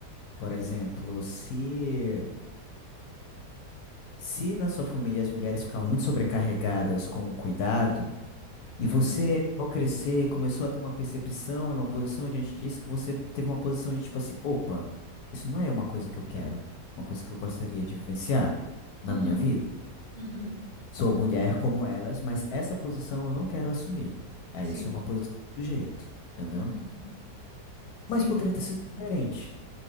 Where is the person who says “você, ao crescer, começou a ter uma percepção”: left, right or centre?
Left